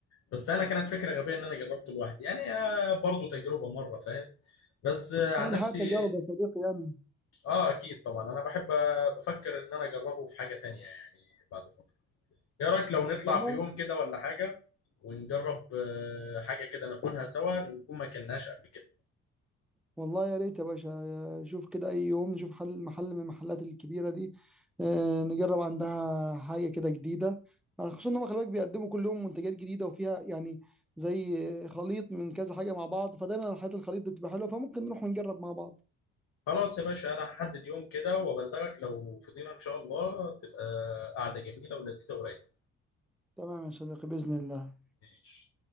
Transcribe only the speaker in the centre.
يعني الحياه
تجارب يا صديقي يعني
والله
والله يا ريت يا باشا يا- شوف كده أي يوم نشوف حل محل من المحلات الكبيرة دي آه، نجرب عندها حاجة كده جديدة آه، خصوصا إن هم خلي بالك بيقدموا كل يوم منتجات جديدة وفيها يعني زي خليط من كذا حاجة مع بعض فدايما الحاجات الخليط دي بتبقى حلوة فممكن نروح ونجرب مع بعض
تمام يا صديقي بإذن الله